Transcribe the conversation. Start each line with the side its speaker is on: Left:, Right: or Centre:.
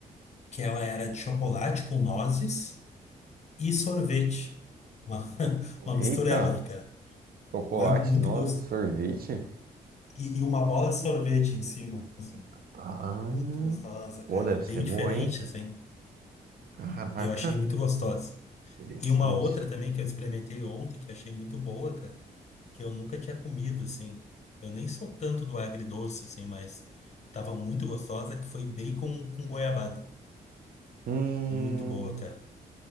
Left: que ela era de chocolate com nozes e sorvete. Uma, <laughs> uma
Right: Eita,
Left: mistureba, né, cara?
Right: chocolate,
Left: Mas muito
Right: nozes,
Left: gosto.
Right: sorvete.
Left: E, e uma bola de sorvete em cima, assim, cara.
Right: Ah, hum.
Left: Muito gostosa, cara.
Right: pô, deve
Left: Bem
Right: ser boa,
Left: diferente,
Right: hein?
Left: assim.
Right: Caraca,
Left: Eu achei muito gostosa.
Right: interessante.
Left: E uma outra também que eu experimentei ontem, que eu achei muito boa, cara. que eu nunca tinha comido, assim. Eu nem sou tanto do agridoce, assim, mas tava muito gostosa, que foi bacon com goiabada.
Right: Hum,
Left: Muito boa, cara.